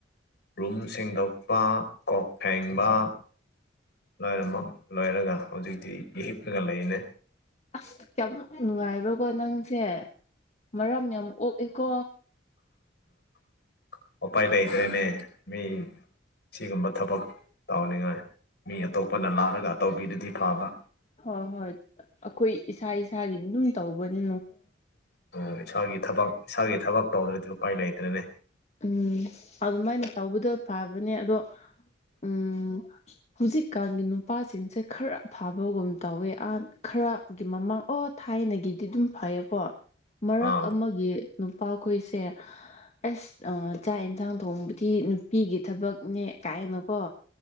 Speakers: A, on the left; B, on the left.
A: ꯔꯨꯝ ꯁꯦꯡꯗꯣꯛ ꯄꯥ ꯀꯣꯛ ꯐꯦꯡꯕ ꯂꯣꯏꯅꯃꯛ ꯂꯣꯏꯔꯒ ꯍꯧꯖꯤꯛꯇꯤ ꯍꯤꯞꯂꯒ ꯂꯩꯅꯦ
B: ꯑꯁ ꯌꯥꯝ ꯅꯨꯡꯉꯥꯏꯕ꯭ꯔꯣꯀꯣ ꯅꯪꯁꯦ ꯃꯔꯝ ꯌꯥꯝ ꯑꯣꯛꯑꯦꯀꯣ
A: <inaudible> ꯎꯄꯥꯏ ꯂꯩꯇꯦꯅꯦ ꯃꯤ ꯁꯤꯒꯨꯝꯕ ꯊꯕꯛ ꯇꯧꯅꯤꯡꯉꯥꯏ ꯃꯤ ꯑꯇꯣꯞꯄꯅ ꯂꯥꯜꯂꯒ ꯇꯧꯕꯤꯗꯗꯤ ꯐꯥꯕ
B: ꯍꯣꯏ ꯍꯣꯏ ꯑꯈꯣꯏ ꯏꯁꯥ ꯏꯁꯥꯒꯤ <unintelligible> ꯇꯧꯕꯅꯦ
A: ꯎꯝ ꯎꯝ ꯏꯁꯥꯒꯤ ꯊꯕꯛ ꯏꯁꯥꯒꯤ ꯊꯕꯛ ꯇꯧꯗ꯭ꯔꯗꯤ ꯎꯄꯥꯏ ꯂꯩꯇ꯭ꯔꯦꯅꯦ
B: ꯎꯝ ꯑꯗꯨꯃꯥꯏꯅ ꯇꯧꯕꯗꯣ ꯐꯕꯅꯦ ꯑꯗꯣ ꯎꯝ ꯍꯨꯖꯤꯛꯀꯥꯟꯒꯤ ꯅꯨꯄꯥꯁꯤꯡꯁꯦ ꯈꯔ ꯐꯥꯕꯒꯨꯝ ꯇꯧꯋꯦ ꯑꯥ ꯈꯔ ꯒꯤ ꯃꯃꯥꯡ ꯑꯣ ꯊꯥꯏꯅꯒꯤꯗꯤ ꯑꯗꯨꯝ ꯐꯩꯌꯦꯀꯣ ꯃꯔꯛ
A: ꯑꯥ
B: ꯑꯃꯒꯤ ꯅꯨꯄꯥꯈꯣꯏꯁꯦ ꯑꯦꯁ ꯑꯥ ꯆꯥꯛ ꯏꯟꯁꯥꯡ ꯊꯣꯡꯕꯗꯤ ꯅꯨꯄꯤꯒꯤ ꯊꯕꯛꯅꯦ ꯀꯥꯏꯅꯀꯣ